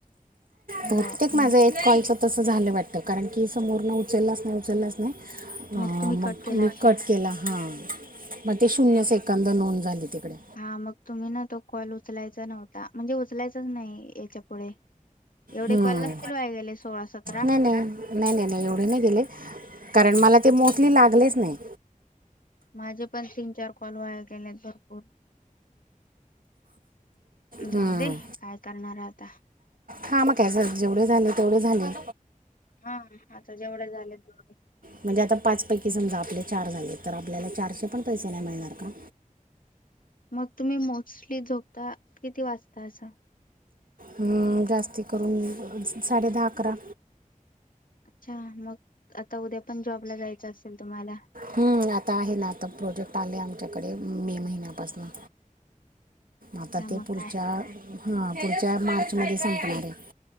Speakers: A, on the left; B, on the right.
A: हो
B: बहुतेक
A: हम्म.
B: माझा एक कॉलचा- तसं झालं वाटतं. कारण की, समोर न उचललाच नाही, उचललाच नाही. हा,
A: मग तुम्ही
B: मग
A: कट केला
B: मी
A: असेल
B: कट केला हा, मग ते शून्य- इकडन नोंद झाली तिकडे.
A: हा, मग तुम्ही ना तो कॉल उचलायचा नव्हता, म्हणजे उचलायचाच नाही याच्या पुुढे. एवढे
B: हम्म.
A: कॉल नसतील वाया गेले सोळा, सतरा?
B: नाही नाही नाही, नाही, नाही, एवढे नाही गेले कारण, मला ते मोस्टली लागलेच नाहीत.
A: माझे पण तीन, चार कॉल वाया गेलेत भरपूर.
B: हम्म.
A: जाऊदे, काय करणार आता.
B: हा, मग काय झालं, जेवढे झाले तेवढे झाले.
A: हा, आता जेवढे झालेत तेवढे.
B: म्हणजे, आता पाच पैकी समजा आपले चार झाले तर, आपल्याला चारशे पण पैसे नाही मिळणार का?
A: मग, तुम्ही मोस्टली झोपता किती वाचता असा?
B: ह्ं, जास्ती करून साडे दहा, अकरा.
A: अच्छा, मग आता उद्या पण जॉबला जायचं असेल तुम्हाला?
B: हम्म, आता आहे ना, आता प्रोजेक्ट आले आमच्याकडे मे महिन्यापासनं. आता ते
A: मग
B: पुढच्या
A: काय
B: हा, पुढच्या मार्च मध्ये संपणार आहे.